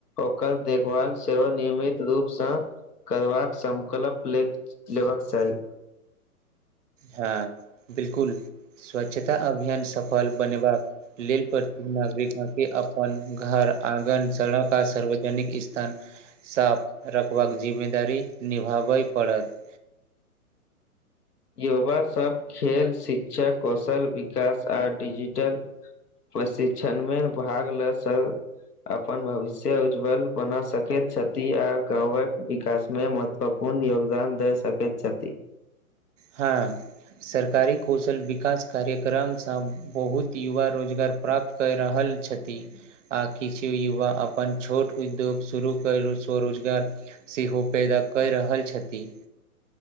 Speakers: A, on the left; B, on the right.
A: ओकर देखभाल सेहो नियमित रूपसँ करबाक संकल्प ले लेबाक चाही
B: हँ बिलकुल स्वच्छता अभियान सफल बनेबाक लेल प्रत्येक नागरिक न की अपन घर आंगन सड़क आ सार्वजनिक स्थान साफ रखबाक जिम्मेदारी निभाबै पड़त
A: युवासभ खेल शिक्षा कौशल विकास आ डिजिटल प्रशिक्षण मे भाग ल स अपन भविष्य उज्ज्वल बना सकैत छथि आ गाँवक विकास मे मद पूर्ण योगदान दे सकैत छथि
B: हाँ सरकारी कौशल विकास कार्यक्रमसँ बहुत युवा रोजगार प्राप्त कैऽ रहल छथि आ किछु युवा अपन छोट उद्योग शुरू कर स्वरोजगार सेहो पैदा कै रहल छथि